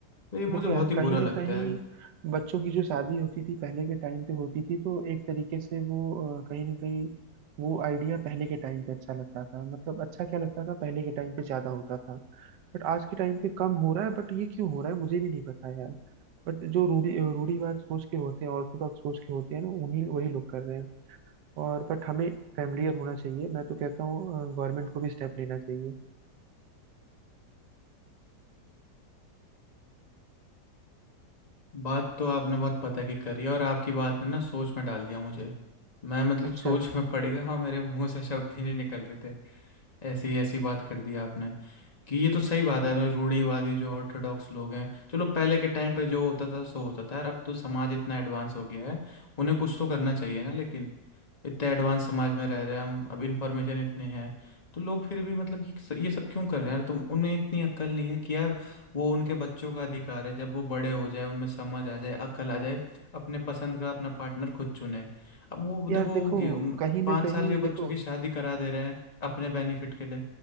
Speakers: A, on the left (about 25°); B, on the right (about 80°).
A: तो ये मुझे
B: देखो
A: बहुत
B: यार
A: ही
B: कहीं
A: बुरा
B: ना
A: लगता
B: कहीं
A: है यार।
B: बच्चों की जो शादी होती थी पहले के टाइम पे होती थी तो एक तरीके से वो अ, कहीं ना कहीं वो आइडिया पहले के टाइम पे अच्छा लगता था मतलब अच्छा क्या लगता था पहले के टाइम पे ज्यादा होता था बट आज के टाइम पे कम हो रहा है बट ये क्यों हो रहा है मुझे भी नहीं पता यार बट जो रूढ़ी रूढ़ीवाद सोच के होते हैं ऑर्थोडॉक्स सोच के होते हैं ना उन्हीं वही लोग कर रहे हैं और बट हमें फैमिलियर होना चाहिए मैं तो कहता हूँ गवर्नमेंट को भी स्टेप लेना चाहिए
A: बात तो आपने बहुत पता की करी है और आपकी बात ने ना सोच में डाल दिया मुझे मैं मतलब
B: अच्छा
A: सोच में पड़ गया हाँ मेरे मुंह से शब्द ही नहीं निकल रहे थे ऐसी ऐसी बात कर दी आपने कि ये तो सही बात है मैं रूढ़िवादी जो ऑर्थोडॉक्स लोग हैं चलो पहले के टाइम पे जो होता था सो होता था यार अब तो समाज इतना एडवांस हो गया है उन्हें कुछ तो करना चाहिए ना लेकिन इतने एडवांस समाज में रह रहे हैं हम अब इन्फॉर्मेशन इतनी है तो लोग फिर भी मतलब कि स- ये सब क्यों कर रहे हैं यार तुम उन्हें इतनी अक्ल नहीं है कि यार वो उनके बच्चों का अधिकार है जब वो बड़े हो जाए उनमें समझ आ जाए अक्ल आ जाए अपने पसंद का अपना पार्टनर खुद चुने अब वो देखो
B: यार देखो
A: वो गे- उम,
B: कहीं ना
A: पाँच
B: कहीं
A: साल के
B: देखो
A: बच्चों की शादी करा दे रहे हैं अपने बेनिफिट के लिए